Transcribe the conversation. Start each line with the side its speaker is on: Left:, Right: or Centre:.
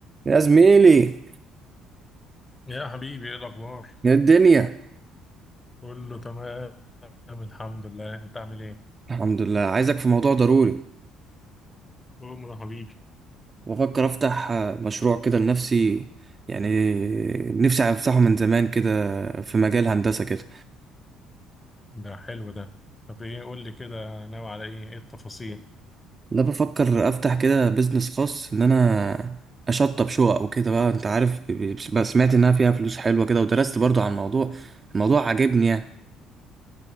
Right: يا زميلي
Left: يا حبيبي ايه الاخبار
Right: يا الدنيا
Left: كله تمام الحمد لله انت عامل ايه
Right: الحمد لله عايزك في موضوع ضروري
Left: عمر يا حبيبي
Right: وافكر افتح آه، مشروع كده لنفسي يعني نفسي افتحه من زمان كده في مجال هندسة كده
Left: ده حلو ده طب ايه قول لي كده ناوي على ايه ايه التفاصيل
Right: لا بفكر افتح كده بيزنس خاص ان انا اشطب شقق وكده بقى انت عارف ب- ب- بقى سمعت انها فيها فلوس حلوة كده ودرست برضو عن الموضوع الموضوع عاجبني يعني